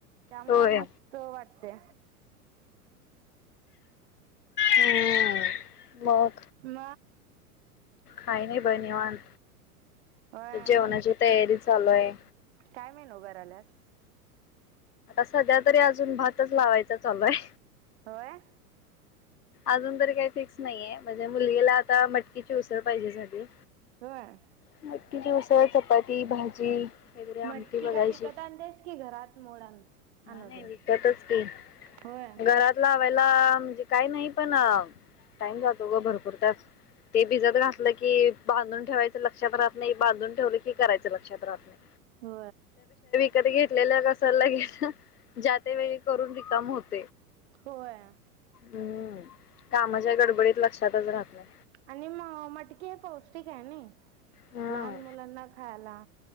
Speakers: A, on the right; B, on the left.
A: त्यामुळं
B: होय.
A: मस्त वाटते
B: हम्म ब
A: म
B: काय नाही बन्यवान
A: होय
B: जेवणाची
A: मुल
B: तयारी चालूय
A: काय मेनू कराल्यास
B: सा ज्या तरी अजून भातच लावायचा चालूय
A: होय
B: अजून तरी काही फिक्स नाहीये म्हणजे मुलगीला आता मटकीची उसळ पाहिजे झालि
A: होय
B: मटकीची उसळ चपाती ती भाजी वगैरे आमटी
A: मटकी
B: बघायची.
A: काय विकत आणतेस की घरात मोड आण आणव
B: नाही
A: तीस
B: विकतच की
A: होय
B: घरात लावायला म्हणजे काय नाही पण टाइम जातो ग भरपूर त्या ते भिजत घातलं की बांधून ठेवायचं लक्षात राहत नाही बांधून ठेवलं की करायचं लक्षात राहत नाही
A: हो
B: त घेतलेलं कसाला घेलं ज्याात वेळी करून रिकाम होत
A: होय
B: हो कामाच्या गडबडीत लक्षातच राहात नाई
A: आणि म मटकीे हे पौष्टिक आहे ना
B: हम्म
A: लहान मुलांना खायला